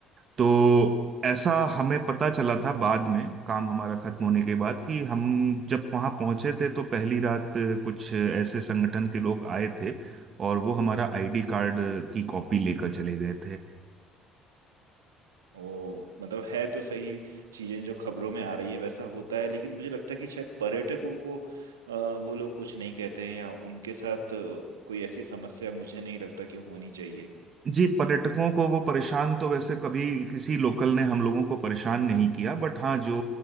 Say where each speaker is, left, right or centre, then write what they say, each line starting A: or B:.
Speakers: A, on the right; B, on the right.
A: तो ऐसा हमें पता चला था बाद में काम हमारा खत्म होने के बाद कि हम जब वहां पहुंचे थे तो पहली रात अ, कुछ ऐसे संगठन के लोग आए थे और वो हमारा आईडी कार्ड की कॉपी लेकर चले गए थे
B: ओ मतलब है तो सही चीजें जो खबरों में आ रही है वैसा होता है लेकिन मुझे लगता है कि शायद पर्यटकों को अ, वो लोग कुछ नहीं कहते हैं या उनके साथ अ, कोई ऐसी समस्या मुझे नहीं लगता कि होनी चाहिए
A: जी पर्यटकों को वो परेशान तो वैसे कभी किसी लोकल ने हम लोगों को परेशान नहीं किया बट हाँ जो